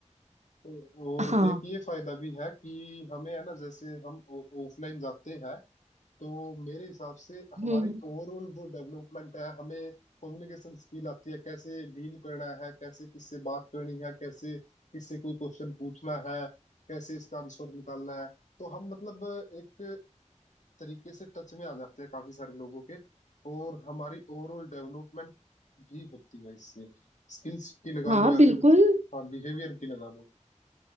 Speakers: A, on the left; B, on the right.
A: तो- और
B: हाँ
A: एक ये फायदा भी है कि हमें है ना जैसे हम ऑफलाइन जाते हैं तो मेरे हिसाब से हमारी
B: हम्म
A: ओवरऑल जो डेवलपमेंट है हमें कम्युनिकेशन स्किल आती है कैसे डील करना है कैसे किससे बात करनी है कैसे किससे कोई क्वेश्चन पूछना है कैसे इसका आंसर निकालना है तो हम मतलब एक तरीके से टच में आ जाते हैं काफी सारे लोगों के और हमारी ओवरऑल डेवलपमेंट भी होती है इससे स्किल्स की लगा
B: हाँ
A: लो या
B: बिल्कुल
A: फिर हाँ बिहेवियर की लगा लो